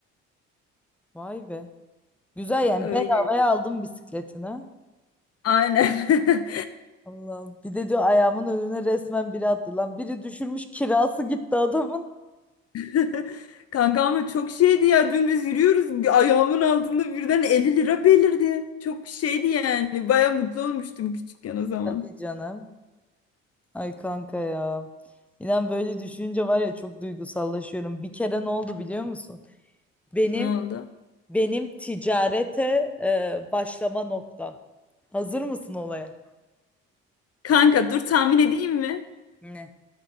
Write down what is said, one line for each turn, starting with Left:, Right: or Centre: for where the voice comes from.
Centre: <laughs> Vay be. Güzel yani
Left: Öyle.
Centre: bedavaya aldım bisikletini.
Left: Aynen. <laughs>
Centre: Allah. Bir de diyor ayağımın önüne resmen biri attı lan. Biri düşürmüş kirası gitti adamın.
Left: <laughs> Kanka ama çok şeydi ya dün biz yürüyoruz bir ayağımın altında birden 50 lira belirdi. Çok şeydi yani baya mutlu olmuştum küçükken o zaman.
Centre: Tabii canım. Ay kanka ya. İnan böyle düşünce var ya çok duygusallaşıyorum. Bir kere ne oldu biliyor musun? Benim
Left: Ne oldu?
Centre: benim ticarete e, başlama noktam. Hazır mısın olaya?
Left: Kanka dur tahmin edeyim mi?
Centre: Ne?